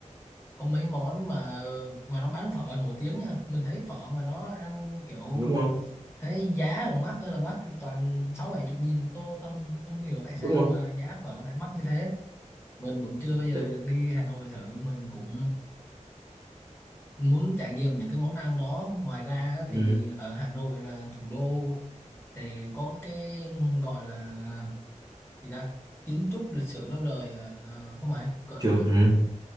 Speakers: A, on the left; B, on the right.
A: có mấy món mà ngoài đó bán phở nổi tiếng nha mình thấy phở ngoài đó ăn kiểu
B: đúng không
A: thế giá ở mắc ơi là mắc toàn sáu bảy chục nghìn một tô không không hiểu tại
B: đúng
A: sao
B: không
A: mà giá phở lại mắc như thế mình cũng chưa bao giờ
B: Đấy.
A: được đi Hà Nội thử mình cũng muốn trải nghiệm những cái món ăn đó ngoài ra á, thì
B: ừ.
A: ở Hà Nội là thủ đô thì có cái gọi là gì ta kiến trúc lịch sử lâu đời à, là không phải gọi
B: Trường,
A: là một cái
B: ừ.